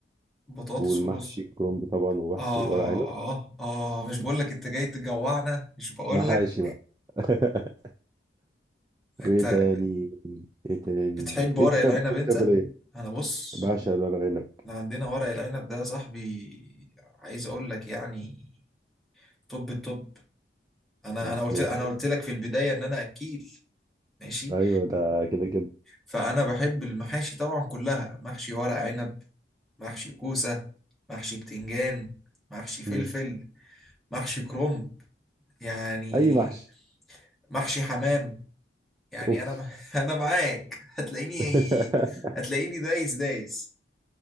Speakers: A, in the centre; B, on the right.
A: بطاطس
B: والمحشي
A: ورز
B: كرنب طبعا ومحشي
A: اه
B: ورق عنب
A: اه مش بقول لك انت جاي تجوعنا مش بقول
B: محاشي
A: لك
B: بقى <laughs>
A: انت
B: وايه تاني ايه تاني
A: بتحب ورق
B: انت
A: العنب
B: طب بتحب
A: انت
B: تاكل ايه
A: انا بص
B: بعشق الورق عنب
A: احنا عندنا ورق العنب ده يا صاحبي عايز اقول لك يعني توب التوب انا
B: بالسنوشة
A: انا قلت انا قلت لك في البدايه ان انا اكيل ماشي
B: ايوه ده كده كده
A: فانا بحب المحاشي طبعا كلها محشي ورق عنب محشي كوسه محشي بتنجان محشي فلفل
B: مم.
A: محشي كرنب يعني
B: اي محشي
A: محشي حمام يعني
B: اوف
A: انا <laughs> انا معاك هتلاقيني
B: <laughs>
A: هتلاقيني دايس دايس